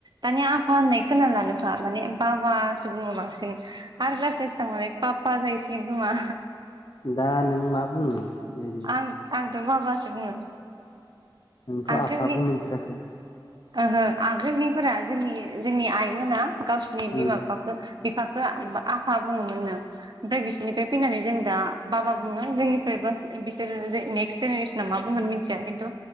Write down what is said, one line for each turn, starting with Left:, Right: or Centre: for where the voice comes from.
Right: दानिया आफा होननाय खोना लानोखा माने बाबासो बुङो बांसिन आरो लासै लासै थांबालाय पापा जाहैसिगोन खोमा
Left: दा नों मा बुङो? ओरैनो
Right: आं आंथ' बाबासो बुङो
Left: नोंथ'
Right: आगोलनि
Left: आफा बुंफेराखै?
Right: ओहो आगोलनिफोरा जोंनि जोंनि आइमोना गावसिोरनि बिमा
Left: उम
Right: बिफाखौ बिफा आफा बुङोमोननो ओमफ्राय बिसोरनिफ्राय फैनानै जों दा बाबा बुङो जोंनिफ्राय बास बिसोरो नेक्स्ट जेनेरेसना मा बुंगोन मिथिया खिन्थु